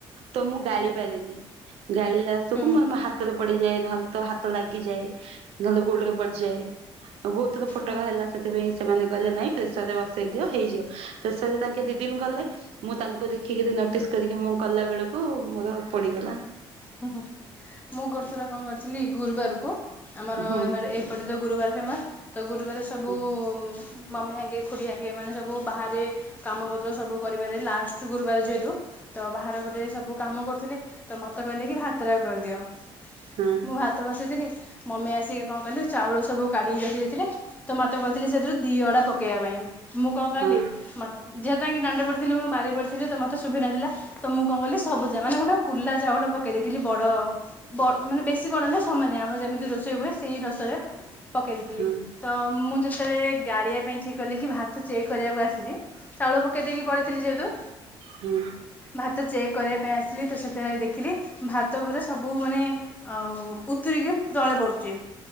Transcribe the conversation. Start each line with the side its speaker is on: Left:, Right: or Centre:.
Right: ତ ମୁଁ ଗାଳି ପାରିନି। ଗାଳିଲାଆସକୁ
Left: ହୁଁ
Right: ମୋର ମୋ ହାତରେ ପଡ଼ିଯାଏ ନହେଲେ ତ ହାତ ଲାଗିଯାଏ। ନଲେ ଗୋଡ଼ରେ ପଡ଼ିଚାଏ? ବହୁତ ଥର ଫୋଟକା
Left: ହୁଁ
Right: ହେଲା ସେଥିପାଇଁ ସେମାନେ କହିଲେ ନାଇଁ ପ୍ରେସର ରେ ବସେଇ ଦିଅ ହେଇଯିବ ତ ସରେ ତାଙ୍କେ ଦି ଦିନି ଗଲେ ମୁଁ ତାଙ୍କୁ ଦେଖିକିରି ନୋଟିସ କରିକି ମୁଁ କଲା ବେଳକୁ ମୋର ପଡିଗଲା।
Left: ମୁଁ ଗୋଟଥର କ ଣ କରିଥିଲି ଗୁରୁବାରକୁ ଆମର
Right: ହୁଁ।
Left: ଏ ମାରେ ଏକ୍ ଏପଟେ ତ ଗୁରୁବାର ଫେମସ୍। ତ ଗୁରୁବାରେ ସବୁ
Right: ହଁ
Left: ମମି ହାଙ୍କେ ଖୁଡ଼ି ହାଙ୍କେ, ଏମାନେ ସବୁ ବାହାରେ କାମ ପତ୍ର ସବୁ କରିବାରେ, ଲାଷ୍ଟ ଗୁରୁବାର ଯେହେତୁ ତ ବାହାରକୁ ଗୋଟେ ସବୁ କାମ କରୁଥିଲି, ତ ମୋତେ କହିଲେ କି ଭାତଟା କରିଦିଅ।
Right: ହଁ
Left: ମୁଁ ଭାତ ଭାତ ବସେଇଥିଲି, ମମି ଆସିକି କଣ କହିଲୁ ଚାଉଳ ସବୁ କାଢ଼ିକି ରଖିଦେଇଥିଲେ ତ ମତେ କହିଥିଲେ ସେଥିରୁ ଦି ଅଡା ପକେଇବା ପାଇଁ, ମୁଁ କଣ କଲି
Right: ହଁ
Left: ଯେହେତୁ ତାଙ୍କି ଦାଣ୍ଡ ପଟେ ଥିଲି, ମୁଁ ବାରି ପଟେ ଥିଲି ତ ମୋତେ ଶୁଭିନଥିଲା ତ ମୁଁ କଣ କଲି ସବୁଜା ମାନେ ଗୋଟେ କୁଲା ଚାଉଳ ପକେଇ ଦେଇଥିଲି ବଡ ବ ମାନେ ବେଶୀ ବଡ ନୁହେଁ ସମାନିଆ। ଆମର ଯେମିତି ରୋଷେଇ ହୁଏ ସେଇ ରୋଷରେ ପକେଇ ଦେଇଥିଲି।
Right: ହଁ।
Left: ତ ମୁଁ ଯେତେବେଳେ ଗାଳିଆ ପାଇଁ ଠିକ କଲି କି ଭାତ ଚେକ୍ କରିବାକୁ ଆସିଲି ଚାଉଳ ପକେଇ ଦେଇକି ପଳେଇଥିଲି ଯେହେତୁ
Right: ହୁଁ।
Left: ଭାତ ଚେକ୍ କରିବା ପାଇଁ ଆସିଲି, ତ ସେତେବେଳେ ଦେଖିଲି ଭାତ ଉପରେ ସବୁ ମାନେ ଆଉ ଉତୁରିକି ତଳେ ପଡ଼ୁଛି।